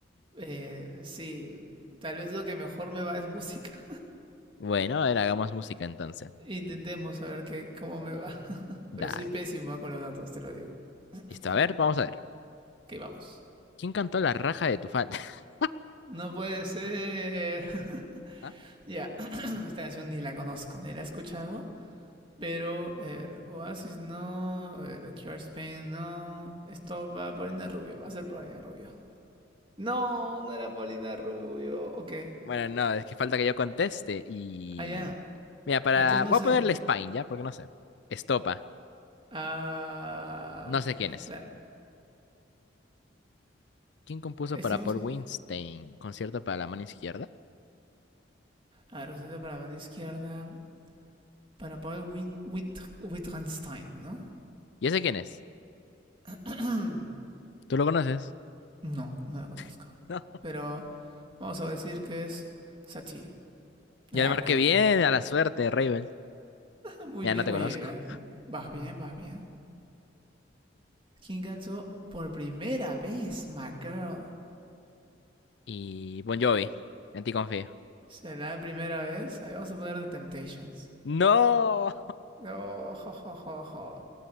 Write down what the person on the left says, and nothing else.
Bueno, a ver, hagamos música entonces.
Dale.
Listo,
a ver, vamos a ver.
¿Quién cantó la raja de tu falda? <laughs>
Ah,
Bueno, no, es que falta que yo conteste y...
Mira, para...
Voy
a ponerle Spine, ¿ya? Porque no sé. Estopa.
No sé quién es.
¿Quién compuso
para Paul Weinstein? Concierto para la mano izquierda.
¿Y ese quién es?
¿Tú lo conoces?
<laughs> No.
Ya le marqué
bien a
la suerte, Ravel.
Mira,
no te
conozco.
y Bon Jovi. En ti confío.
¡No!